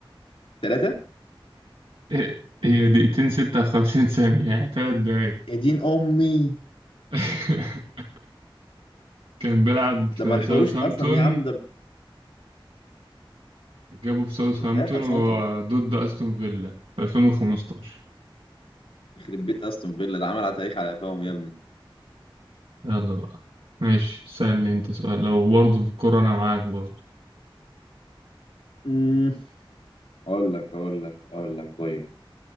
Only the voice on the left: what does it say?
ثلاثه
يا دين امي
ده ما لحقوش
اصلا يا عم ده
مش هيلحقوا يسنطروا
يخرب بيت استون فيلا ده عمل على تاريخ على قفاهم يا ابني
أمم، اقول لك اقول لك اقول لك طيب